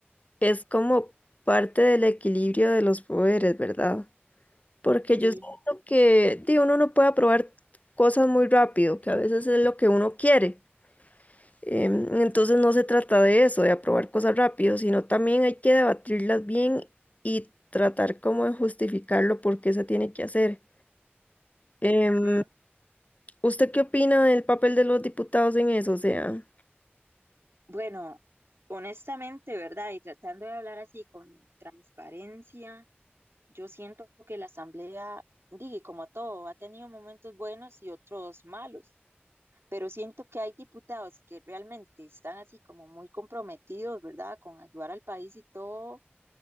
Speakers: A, on the left; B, on the right.
A: es como parte del equilibrio de los poderes, ¿verdad? Porque
B: sí.
A: yo siento que di, uno no puede aprobar cosas muy rápido, que a veces es lo que uno quiere. Em, entonces no se trata de eso, de aprobar cosas rápido, sino también hay que debatirlas bien y tratar como de justificarlo por qué se tiene que hacer. Em,
B: Mm,
A: ¿usted qué opina del papel de los diputados en eso? O sea,
B: Bueno, honestamente, ¿verdad? Y tratando de hablar así con transparencia, yo siento que la asamblea, digo, como todo, ha tenido momentos buenos y otros malos, pero siento que hay diputados que realmente están así como muy comprometidos, ¿verdad? Con ayudar al país y todo,